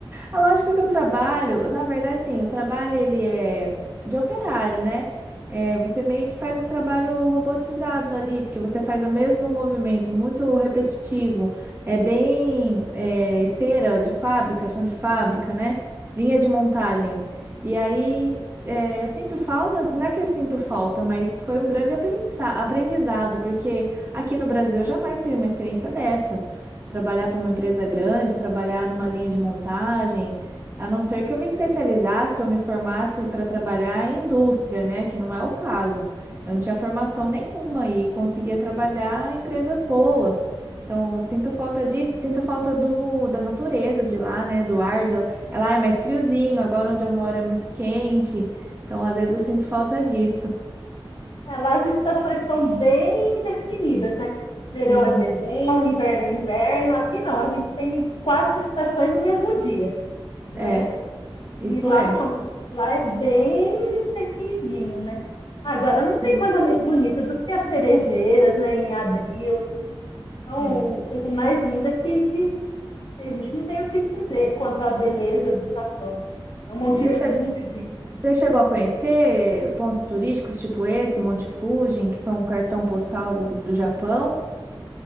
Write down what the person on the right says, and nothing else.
A lógica que eu trabalho, na verdade, sim, o trabalho ele é de operário, né? É, você meio que faz um trabalho robotizado ali, porque você faz o mesmo movimento, muito repetitivo. É bem é, esteira de fábrica, chão de fábrica, né? Linha de montagem. E aí é, eu sinto falta, não é que eu sinto falta, mas foi um grande aprendiza- aprendizado, porque aqui no Brasil eu jamais teria uma experiência dessa trabalhar para uma empresa grande, trabalhar numa linha de montagem, a não ser que eu me especializasse ou me formasse para trabalhar em indústria, né? Que não é o caso. Eu não tinha formação nenhuma e conseguia trabalhar em empresas boas. Então, sinto falta disso, sinto falta do, da natureza de lá, né? Do ar de lá. É lá é mais friozinho, agora onde eu moro é muito quente. Então, às vezes eu sinto falta disso.
Sim,
é, isso
é.
Sim.
É.
E você
chegou Você chegou a conhecer pontos turísticos tipo esse, Monte Fuji, que são o cartão postal do, do Japão?